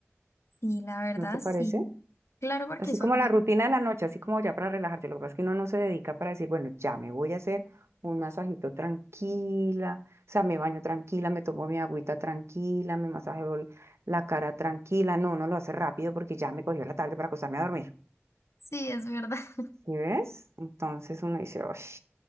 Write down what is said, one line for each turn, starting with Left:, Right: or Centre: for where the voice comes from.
Left: Sí, la verdad,
Right: ¿No te parece?
Left: sí. Claro, porque
Right: Así
Left: eso
Right: como
Left: ayuda
Right: la rutina de la noche, así como ya para relajarte. Lo que pasa es que uno no se dedica para decir, bueno, ya me voy a hacer un masajito tranquila. O sea, me baño tranquila, me tomo mi agüita tranquila, me masajeo el- la cara tranquila. No, uno lo hace rápido porque ya me cogió la tarde para acostarme a dormir.
Left: Sí, es verdad. <laughs>
Right: ¿Sí ves? Entonces uno dice, uff.